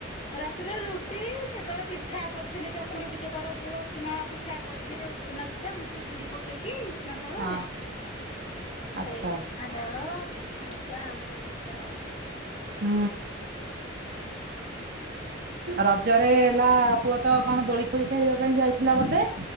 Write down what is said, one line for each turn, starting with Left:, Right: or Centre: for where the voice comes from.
Left: ରାତିରେ ରୁଟି କେତେବେଳେ ପିଠା କରିଥିଲେ ଚକୁଳି ପିଠା ତାର ପ୍ରିୟ ଉସୁନା ପିଠା କରିଦିଏ ଉଷୁନା ପିଠା ମୁଠେ ବିରି ପକେଇକି ଉଷୁନା ଚାଉଳରେ
Right: ହଁ
Left: ତାକୁ
Right: ଆଚ୍ଛା
Left: ସେ ଷୁନା ଚାଉଳ ଭଜା ଆଳୁ ଫାଳୁ ଭଜା ହେଇଥିଲେ
Right: ହୁଁ। ରଜରେ ହେଲା ପୁଅ ତ କଣ ଦୋଳି ଫୋଳି ଖେଳିବା ପାଇଁ ଯାଇଥିଲା ବୋଧେ?